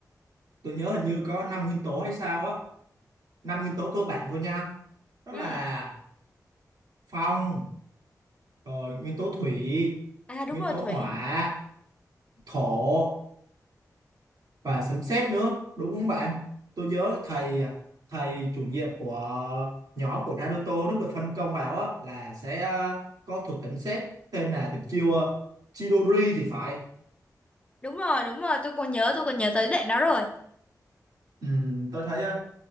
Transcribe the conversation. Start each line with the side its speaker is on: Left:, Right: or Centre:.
Right: tôi nhớ hình như có 5 nguyên tố hay sao á năm nguyên tố cơ bản thôi nha đó
Left: Ừ.
Right: là phong rồi nguyên tố thủy
Left: À đúng
Right: nguyên
Left: rồi
Right: tố
Left: Thủy.
Right: hỏa thổ và sấm sét nữa đúng không bạn tôi nhớ thầy thầy chủ nhiệm của nhóm của Naruto nó được phân công vào á là sẽ ờ, có thuật tính sét tên là tuyệt chiêu ờ, Chidori thì phải
Left: Đúng rồi, đúng rồi, tôi còn nhớ, tôi còn nhớ tới đoạn đó rồi.
Right: ừ, tôi thấy ờ,